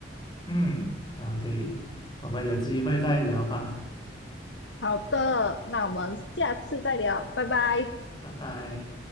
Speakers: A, on the left (about 25°); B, on the left (about 80°).
A: 嗯，好的，我们有机会再聊吧，
B: 好的，那我们下次再聊，拜拜。
A: 拜拜。